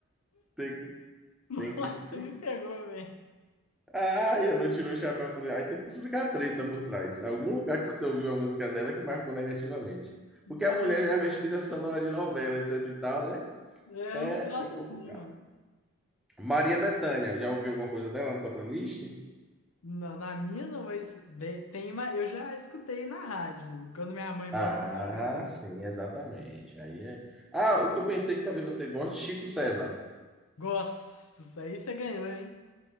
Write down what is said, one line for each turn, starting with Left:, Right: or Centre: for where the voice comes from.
Centre: Tem que,
Left: Nossa,
Centre: tem que explicar.
Left: você me pegou, velho.
Centre: Ah, eu não tirou o chapéu. falei, Aí tem que explicar a treta por trás. Algum lugar que você ouviu a música dela que marcou negativamente.
Left: No-
Centre: Porque a mulher já fez trilha sonora de novela, etc e tal, né?
Left: É
Centre: É,
Left: uns troços
Centre: é complicado.
Left: assim, mano.
Centre: Maria Bethânia, já ouviu alguma coisa dela na tua playlist?
Left: Não, na minha não, mas de- tem uma, eu já escutei na rádio, quando minha mãe
Centre: Ah,
Left: bota pra tocar. aí.
Centre: sim, exatamente. Aí é. Ah, o que eu pensei que talvez você goste, Chico César.
Left: Gosto, isso aí você ganhou, hein?